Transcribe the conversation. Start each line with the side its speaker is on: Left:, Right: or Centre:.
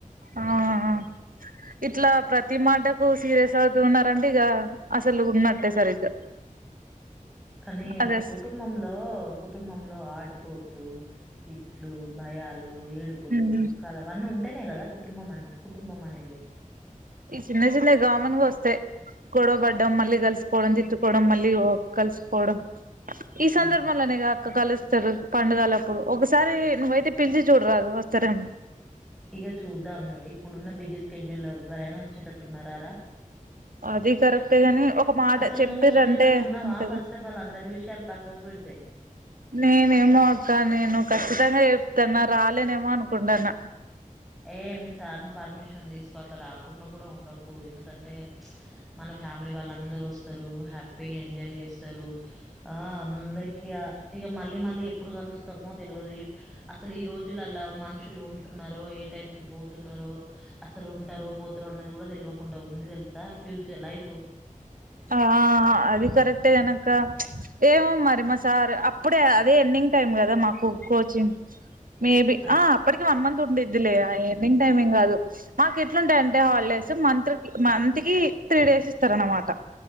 Right: ఆ ఆ ఇట్లా ప్రతి మాటకు సీరియస్ అవుతూ ఉన్నారంటడి ఇగ అసలు ఉన్నట్టే సరిగ్గా
Centre: కానీ
Right: అదే
Centre: కుటుంబంలో కుటుంబంలో ఆటుపోట్లు తిట్లు, భయాలు, ఏడుపులు,
Right: ఉమ్
Centre: దుఃఖాలు, అవన్నీ ఉం అంటేనే కదా కుటుంబం కుటుంబం అనేది
Right: ఈ చిన్న చిన్నవి కామన్ వస్తాయి. గొడవ పడ్డం మళ్ళీ కలిసిపోవడం, తిట్టుకోవడం మళ్ళీ కలిసిపోవడం ఈ సందర్భంలోనే
Centre: హ్మ్
Right: అక్క కలస్ వస్తారు పండుగలప్పుడు ఒకసారి నువ్వైతే పిలిచి చూడరాదు వస్తారెమో
Centre: ఇగా చూద్దాం. ఇప్పుడున్న బిజీ స్కెడ్యూల్ ఎవరైనా వచ్చేటట్టున్నారారా
Right: అది కరెక్టేగాని ఒక మాట
Centre: అసలు
Right: చెప్పేది
Centre: నువ్వు వచ్చేటట్టు
Right: అంటే
Centre: ఉన్నావా
Right: ఉంటంది.
Centre: ఫస్ట్ ఆఫ్ ఆల్ అందరి విషయాలు పక్కకు పెడితే
Right: నేనేమో అక్క నేను ఖచ్చితంగా తన్నా రాలేనేమో అనుకుంటనా
Centre: ఏ మీ సార్ని పర్మిషన్ తీసుకో అట్లా రాకుండా కూడా ఉండకు. ఎందుకంటే మన ఫ్యామిలీ వాళ్ళు అందరు వస్తారు. హ్యాపీగా ఎంజాయ్ చేస్తారు. ఆ అందరికిీ ఇక మళ్ళీ మళ్ళీ ఎప్పుడు కలుస్తామో తెలియదు. అసలు ఈ రోజుల్లాల మనుషులు ఉంటున్నారో ఏ టైం కు పోతున్నారు. అసలు ఉంటారు. పోతారో అన్నది కూడా తెలియకుండా ఉంది. తెలుసా ఫ్యూచర్ లైఫ్
Right: ఆ అది కరెక్టే కానీ అక్క ఏమో మరి మా సార్ అప్పుడే అదే ఎండింగ్ టైమ్ కదా మాకు కోచింగ్ మేబి
Centre: అది
Right: ఆ అప్పటికి వన్ మంత్ ఉండిది. ఇదిలే ఏడింగ్ టైమింగ్ కాదు మాకు, ఎట్లుంటాయింటే హాలిడేస్ మంత్ మంత్ కి త్రీ డేస్ ఇస్తార అనమాట